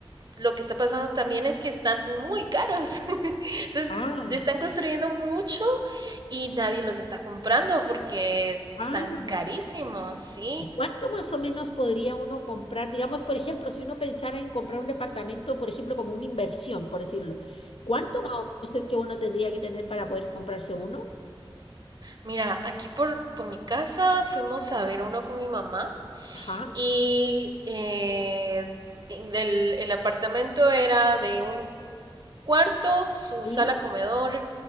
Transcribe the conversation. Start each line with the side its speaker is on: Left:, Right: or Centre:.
Right: lo que está pasando también es que están muy caros. <laughs> Entonces,
Left: Ah,
Right: están construyendo mucho y nadie los está comprando porque
Left: ah.
Right: están carísimos, sí.
Left: ¿Y cuánto más o menos podría uno comprar? Digamos, por ejemplo, si uno pensara en comprar un departamento, por ejemplo, como una inversión, por decirlo, ¿cuánto más o menos es que uno tendría que tener para poder comprarse uno?
Right: Mira, aquí por, por mi casa fuimos a ver uno con mi mamá
Left: Ajá,
Right: y eh, en el, el apartamento era de un cuarto, su
Left: sí,
Right: sala comedor,